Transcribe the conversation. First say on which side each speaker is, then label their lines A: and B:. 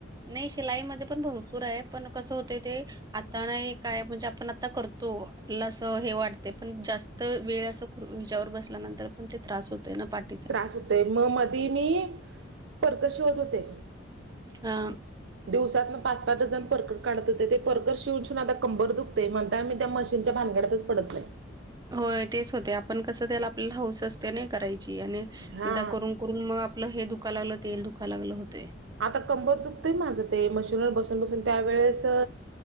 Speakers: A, on the right; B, on the right.
A: नाही शिलाईमध्ये पण भरपूर आहे पण कसं होते ते आता नाही काय म्हणजे आपण आता करतो आपल्याला असं हे वाटतेय पण जास्त तर वेळ असं हेच्यावर बसल्यानंतर पण ते त्रास होतय ना पाठीत.
B: त्रास होतेय. मग मधी मी परकर शीवत होते.
A: हा.
B: दिवसात न पाच -पाच डजण परकर काढत होते ते परकर शिवून शिवून आता कंबर दुखतय म्हणतान आता मी त्या मशीनच्या भानगडतच पडतय.
A: होय तेच होतय. आपण कसं त्याला आपल्याला हौस असते नाही करायची. आणि एकदा
B: हा
A: करून करून मग आपलं हे दुखा लागलं तेल दुखा लागलं होतंय.
B: आता कंबर दुखतंय माझं ते मशीनवर बसून -बसून त्यावेेळेस